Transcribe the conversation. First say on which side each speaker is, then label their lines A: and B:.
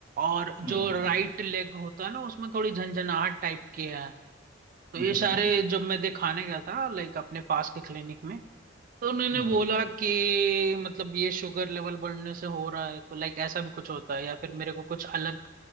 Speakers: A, on the right; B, on the right.
A: और
B: हम्म
A: जो राइट लेग होता है ना उसमें थोड़ी झंझनाहट टाइप की है तो
B: हम्म
A: ये सारे जब मैं दिखाने गया था लाइक अपने पास के क्लिनिक में तो उन्होंने
B: हम्म
A: बोला कि मतलब ये शुगर लेवल बढ़ने से हो रहा है तो लाइक ऐसा भी कुछ होता है या फिर मेरे को कुछ अलग